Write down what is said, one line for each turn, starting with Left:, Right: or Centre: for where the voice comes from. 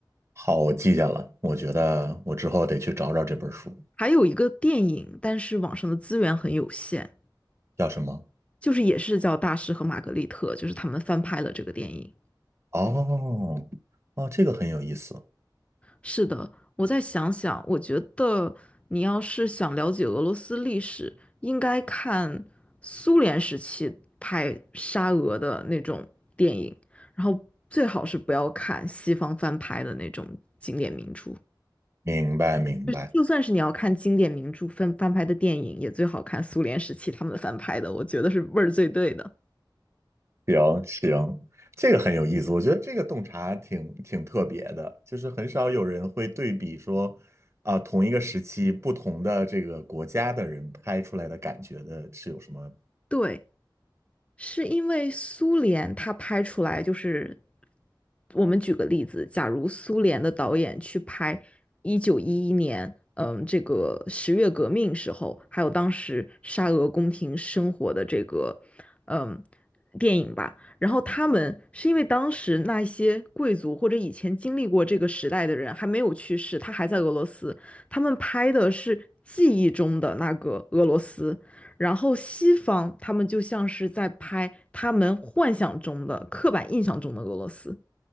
Right: 好，我记下了。我觉得我之后得去找找这本书，
Left: 还有一个电影，但是网上的资源很有限，
Right: 叫什么？
Left: 就是也是叫《大师和玛格丽特》，就是他们翻拍了这个电影。
Right: 哦，哦，这个很有意思。
Left: 是的，我再想想，我觉得你要是想了解俄罗斯历史，应该看苏联时期拍沙俄的那种电影，然后最好是不要看西方翻拍的那种经典名著。
Right: 明白，明白。
Left: 就是就算是你要看经典名著翻翻拍的电影，也最好看苏联时期他们翻拍的，我觉得是味儿最对的。
Right: 行行，这个很有意思。我觉得这个洞察挺挺特别的，就是很少有人会对比说，啊，同一个时期不同的这个国家的人拍出来的感觉的是有什么？
Left: 对，是因为苏联它拍出来就是，我们举个例子，假如苏联的导演去拍一九一一年，嗯，这个十月革命时候，还有当时沙俄宫廷生活的这个，嗯，电影吧，然后他们是因为当时那一些贵族或者以前经历过这个时代的人还没有去世，他还在俄罗斯，他们拍的是记忆中的那个俄罗斯。然后西方他们就像是在拍他们幻想中的、刻板印象中的俄罗斯。